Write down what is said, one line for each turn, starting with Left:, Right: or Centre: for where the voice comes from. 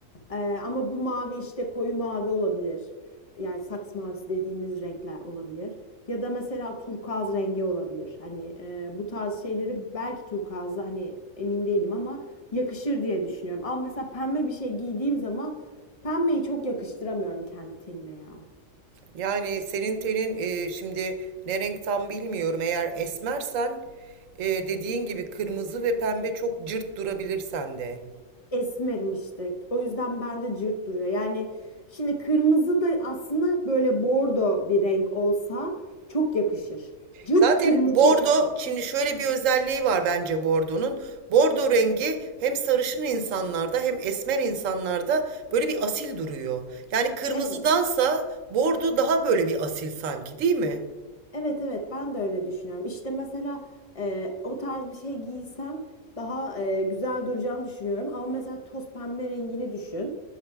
Left: Ee, ama bu mavi işte koyu mavi olabilir. Yani saks mavisi dediğimiz renkler olabilir. Ya da mesela turkuaz rengi olabilir. Hani e, bu tarz şeyleri belki turkuazda hani emin değilim ama yakışır diye düşünüyorum. Ama mesela pembe bir şey giydiğim zaman pembeyi çok yakıştıramıyorum kendi tenime ya.
Right: Yani senin tenin e, şimdi ne renk tam bilmiyorum. Eğer esmersen e, dediğin gibi kırmızı ve pembe çok cırt durabilir sende.
Left: Esmerim işte. O yüzden bende cırt duruyor. Yani şimdi kırmızı da aslında böyle bordo bir renk olsa çok yakışır. Cırt
Right: Zaten
Left: kırmızı
Right: bordo
Left: yakışmaz.
Right: şimdi şöyle bir özelliği var bence bordonun. Bordo rengi hem sarışın insanlarda hem esmer insanlarda böyle bir asil duruyor. Yani kırmızıdansa
Left: Evet.
Right: bordo daha böyle bir asil sanki değil mi?
Left: Evet evet ben de öyle düşünüyorum. İşte mesela e, o tarz bir şey giysem daha e, güzel duracağını düşünüyorum. Ama mesela toz pembe rengini düşün.